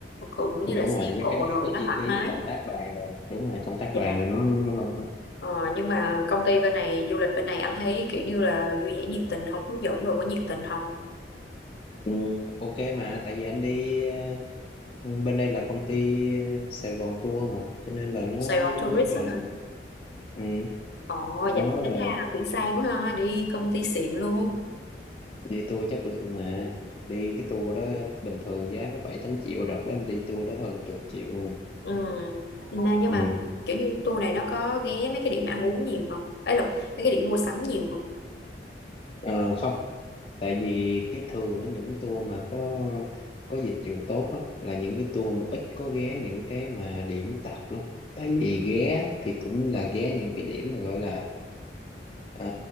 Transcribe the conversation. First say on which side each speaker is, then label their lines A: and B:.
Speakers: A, on the left; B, on the left.
A: cũng như là
B: Đúng
A: xe
B: rồi, mấy
A: cộ
B: cái đó
A: rồi
B: cái
A: nó
B: chi
A: thoải
B: phí
A: mái
B: công tác đoàn rồi, đúng rồi, công tác
A: dạ
B: đoàn là nó nó nó lo hết.
A: ờ, nhưng mà công ty bên này du lịch bên này anh thấy kiểu như là vui vẻ nhiệt tình không hướng dẫn rồi có nhiệt tình không
B: Ừ, ok mà tại vì anh đi ờ, bên đây là công ty ờ, Sài Gòn Tour mà, cho nên là nó
A: Sài Gòn
B: nó
A: tourist
B: rất là
A: á hả
B: ừ,
A: Ồ,
B: nó
A: dạ tính
B: là
A: ra là cũng sang quá ha, đi công ty xịn luôn.
B: đi tour chất lượng mà đi cái tour đó bình thường giá có bảy tám triệu đợt đó anh đi tour đó hơn chục triệu
A: Ừ. Nên nhưng
B: ừ.
A: mà kiểu như tour này nó có ghé mấy cái điểm ăn uống nhiều không? Ấy lộn, mấy cái điểm mua sắm nhiều không?
B: Ờ, không tại vì cái thường ở những tour mà có có dịch vụ tốt á, là những cái tour mà ít có ghé những cái mà điểm tạp lắm tại vì ghé thì cũng là ghé những cái điểm mà gọi là ờ,